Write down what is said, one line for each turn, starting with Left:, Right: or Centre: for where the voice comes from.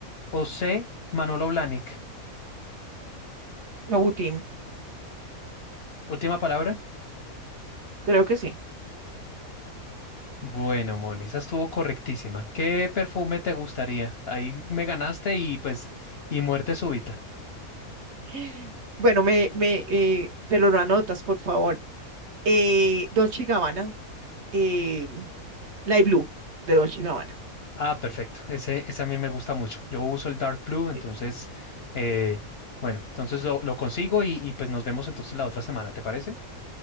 Left: O C. Manolo Blahnik.
Right: Abutín,
Left: Última palabra.
Right: creo que sí.
Left: Bueno, Moni, esa estuvo correctísima. ¿Qué perfume te gustaría? Ahí me ganaste y pues, y muerte súbita.
Right: <laughs> Bueno, me, me, eh, pero lo anotas, por favor. eh, Dolce y Gabbana, eh, Blue de Dolce y Gabbana.
Left: Ah, perfecto. Ese, ese a mí me gusta mucho. Yo uso el Dark Blue,
Right: Ok.
Left: entonces, eh, bueno, entonces lo, lo consigo y, y pues nos vemos entonces la otra semana, ¿te parece?